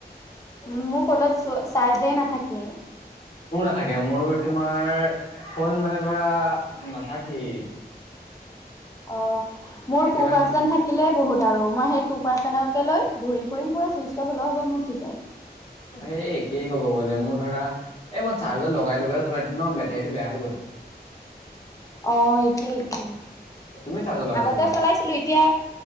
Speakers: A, on the left (about 20°); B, on the left (about 35°).
A: উম মোৰ ফোনত চ চাৰ্জে নাথাকে।
B: তা লকে মোৰো তোমাৰ, ফোন মানে ধৰা নাথাকেই,
A: অ মোৰ
B: একেবাৰে
A: টু পাৰ্চেন্ট থাকিলে বহুত বাৰ মই সেই টু পাৰ্চনকে লৈ ঘূৰি ফুৰিম পুৰা চুইচ ভ হ'ব মোৰ কি যায়।
B: সেই, কি ক'ব গ'লে মোৰ ধৰা এই মই চাৰ্জাৰ লগাই লগাই চলাই থ ন, এইটো বেয়া হৈ' গল।
A: আহ একেই একেই,
B: তুমি চাৰ্জত লগাই
A: আগতে
B: চলোৱা
A: চলাইছিলো, এতিয়া